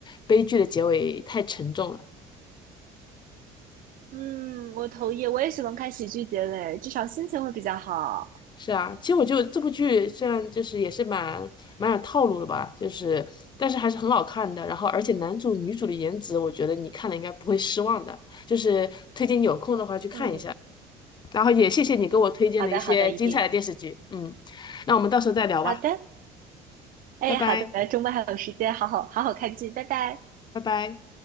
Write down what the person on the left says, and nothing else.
悲剧的结尾太沉重了。
是啊，其实我觉得这部剧虽然就是也是蛮蛮有套路的吧，就是但是还是很好看的。然后而且男主女主的颜值，我觉得你看了应该不会失望的，就是推荐有空的话去看一下。
然后也谢谢你给我推荐了一些精彩的电视剧，
嗯，那我们到时候再聊吧，
拜拜，
拜拜。